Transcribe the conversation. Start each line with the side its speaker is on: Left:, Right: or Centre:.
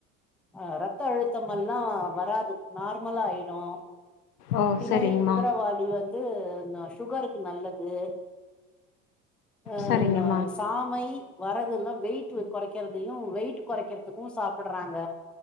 Centre: அ ரத்த அழுத்தமெல்லா வராது நார்மலாயிடும்
Left: ஓ
Centre: திணை
Left: சரிங்மா
Centre: கு திரவாலி வந்து சுகருக்கு நல்லது ஆ
Left: சரிங்கம்மா
Centre: ந சாமை வரகு எல்லா வெயிட் கொறைக்கறதையு வெயிட் கொறைக்கிறதுக்கு சாப்படுறாங்க